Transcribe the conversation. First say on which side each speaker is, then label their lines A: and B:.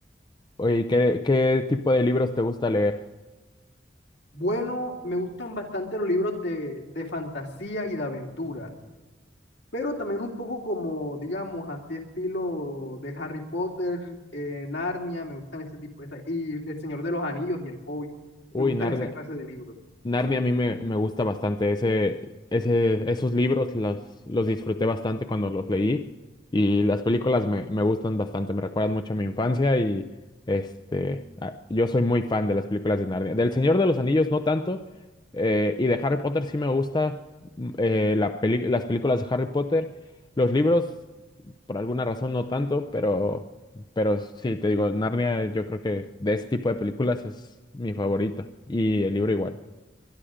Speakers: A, on the left; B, on the left.
A: Oye, ¿qué, qué tipo de libros te gusta leer?
B: Bueno, me gustan bastante los libros de, de fantasía y de aventura. pero también un poco como, digamos, así estilo de Harry Potter, eh, Narnia, me gustan ese tipo, esa- y El Señor de los Anillos y El Hobbit,
A: Uy,
B: me gustan
A: narde-
B: esa clase de libros.
A: Narnia a mí me, me gusta bastante. Ese, ese, esos libros los, los disfruté bastante cuando los leí y las películas me, me gustan bastante, me recuerdan mucho a mi infancia y este, ah, yo soy muy fan de las películas de Narnia. Del Señor de los Anillos no tanto eh, y de Harry Potter sí me gusta mm, eh, la peli- las películas de Harry Potter. Los libros por alguna razón no tanto, pero, pero sí, te digo, Narnia yo creo que de ese tipo de películas es mi favorita y el libro igual.